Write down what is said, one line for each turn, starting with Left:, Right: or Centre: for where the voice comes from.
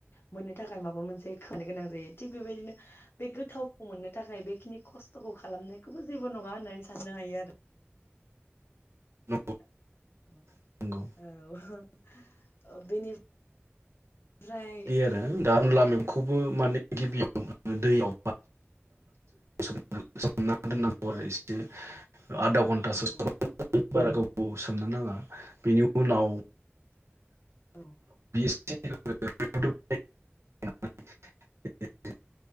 Left: मोननो थाखाय माबा मोनसे खोमानो गोनां जायो थिग बेबायदिनो बे गोथावखौ मोननो थाखाय बेखिनि खस्थ'खौ खालामनायखौबो जेबो नङा होननानै साननो हायो आरो।
Right: नंगौ
Left: औ
Right: नंगौ
Left: <unintelligible>
Right: बिदि आरो
Left: औ
Right: दा अनला
Left: औ
Right: मेगंखौबो माने गिबियाव दैयाव सोमना दोननांगौ आरो एसे आधा घन्टासो
Left: औ
Right: बारा गोावबाव सोमनो नाङा बेनि उनाव
Left: औ
Right: <unintelligible> <unintelligible>